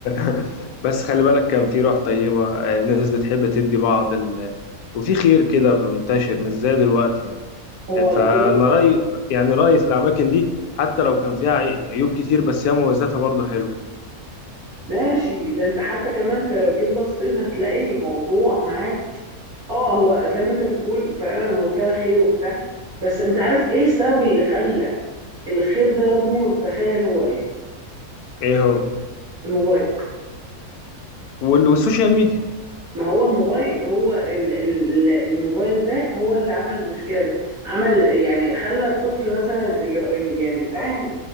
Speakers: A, on the left; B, on the right.
A: <laughs> بس خلي بالك كان في روح طيبة آه، ناس بتحب تدي بعض ال... وفي خير كده منتشر مش زي دلوقتي يعني
B: هو
A: آه، فأنا
B: دلوقتي
A: رأيي يعني رأيي في الأماكن دي حتى لو كان فيها عي- عيوب كتير بس هي مميزاتها برضه حلوة
B: ماشي ده انت حتى كمان انت لو جيت بصيت هتلاقي الموضوع معاك اه هو زي ما انت بتقول فعلا هو فيها خير وبتاع بس انت عارف ايه السبب اللي خلى الخير ده يضمر تخيل هو ايه
A: إيه هو
B: الموبايل
A: وال... والسوشيال ميديا
B: ما هو الموبايل هو ال- ال- الموبايل ده هو اللي عمل المشكلة دي عمل يعني خلى الطفل مثلا اللي يعني الأهل